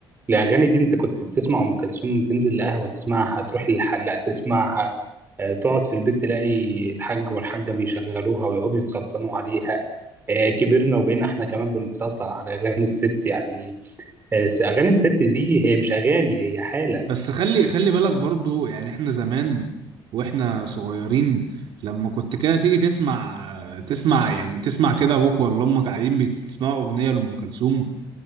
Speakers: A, on the right; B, on the right.
A: الاغاني دي انت كنت بتسمع ام كلثوم تنزل القهوه تسمعها تروح للحلاق تسمعها آه، تقعد في البيت تلاقي الحاج والحاجه بيشغلوها ويقعدوا يتسلطنوا عليها آه، كبرنا وبقينا احنا كمان بنتسلطن على اغاني الست يعني آه، اغاني الست دي هي مش اغاني هي حاله
B: بس خلي خلي بالك برضو يعني احنا زمان واحنا صغيرين لما كنت كده تيجي تسمع تسمع يعني تسمع كده ابوك ولا امك قاعدين بتسمعوا اغنيه لام كلثوم